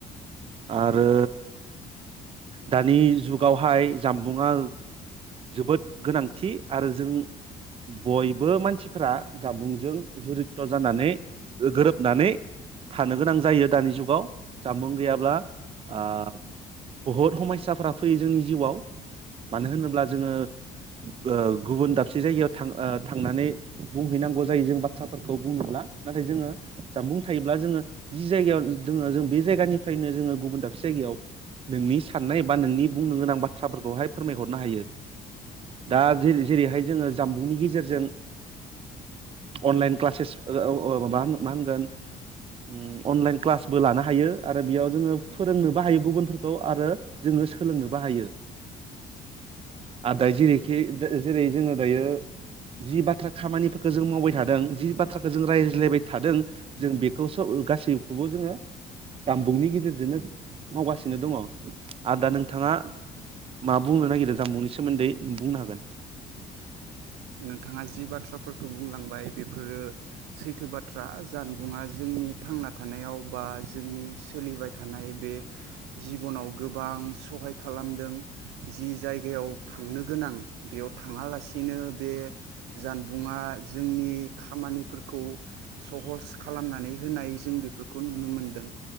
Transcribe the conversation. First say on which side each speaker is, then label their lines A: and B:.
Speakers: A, on the right (about 35°); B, on the right (about 85°).
A: आरो दानि जुगावहाय जामबुंआ जोबोद गोनांथि आरो जों बयबो मानसिफोरा जामबुंजों जरिथ' जानानै गोरोबनानै थानो गोनां जायो दानि जुगाव जानबुं गैयाब्ला ओ बहुद हमस्साफ्रा फैयो जोंनि जिउआव मानो होनोब्ला जोङो ओ गुबुन दाबसे जायगायाव थां ओ थांनानै बुंहैनांगौ जायो जों बाथ्राफोरखौ बुंनोब्ला नाथाय जोङो जानबुं थायोब्ला जोङो जि जायगायाव दोङो जों बे जायगानिफ्रायनो जोङो गुबुन दाबसे जायगायाव नोंनि साननाय बा नोंनि बुंनो गोनां बाथ्राफोरखौहाय फोरमायहरनो हायो दा जे जेरैहाय जोङो जामबुंनि गेजेरजों अनलाइन क्लासेस ओ औ ओ माबा मा होनगोन उम अनलाइन क्लासबो लानो हायो आरो बेयाव जोङो फोरोंनोबो हायो गुबुनफोरखौ आरो जोङो सोलोंनोबो हायो आरो दायो जेरैखि जेरै जोङो दायो जि बाथ्रा खामानिफोरखौ जों मावबाय थादों जि बाथ्राखौ जों रायज्लायबाय थादों जों बेखौ स गासैखौबो जोङो जामबुंनि गेजेरजोंनो मावगासिनो दङ आर दा नोंथाङा मा बुंनो नागिरो जामबुंनि सोमोन्दै बुंनो हागोन
B: नोंथाङा जि बाथ्राफोर खौ बुंलांबाय बेफोरो सैथो बाथ्रा जानबुङा जोंनि थांना थानायाव बा जोंनि सोलिबाय थानाय बे जिबनाव गोबां सहाय खालामदों जि जायगायाव थांनो गोनां बेयाव थाङालासिनो बे जानबुंङा जोंनि खामानिफोरखौ सहस खालामनानै होनाय जों बेफोरखौ नुनो मोनदों